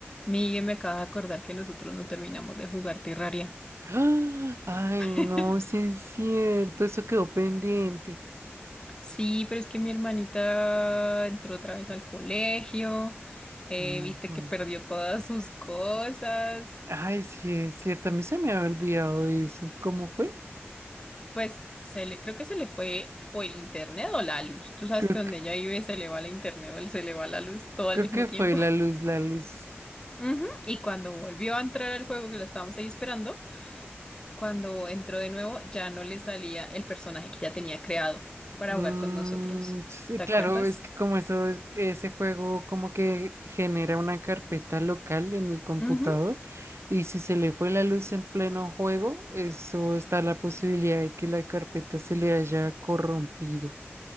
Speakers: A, on the left; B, on the right.
A: Miguel, me acaba de acordar que nosotros no terminamos de jugar Terraria.
B: <gasps> ¡Ah! Ay,
A: <laughs>
B: no, sí es cierto, eso quedó pendiente.
A: Sí, pero es que mi hermanita entró otra vez al colegio, eh,
B: Ujú.
A: viste que perdió todas sus cosas.
B: Ay, sí es cierto, a mí se me había olvidado eso. ¿Cómo fue?
A: Pues se le, creo que se le fue o el internet o la luz. Tú sabes
B: Creo
A: que donde
B: que,
A: ella vive se le va la internet o se le va la luz todo al
B: creo
A: mismo
B: que
A: tiempo.
B: fue la luz, la luz.
A: <laughs> Ujú, Y cuando volvió a entrar al juego, que la estábamos ahí esperando, cuando entró de nuevo ya no le salía el personaje que ya tenía creado para
B: Mm,
A: jugar con nosotros.
B: sí,
A: ¿Te
B: claro,
A: acuerdas?
B: es que como eso, es- ese juego como que genera una carpeta local en el computador
A: Ujú.
B: y si se le fue la luz en pleno juego, eso está la posibilidad de que la carpeta se le haya corrompido.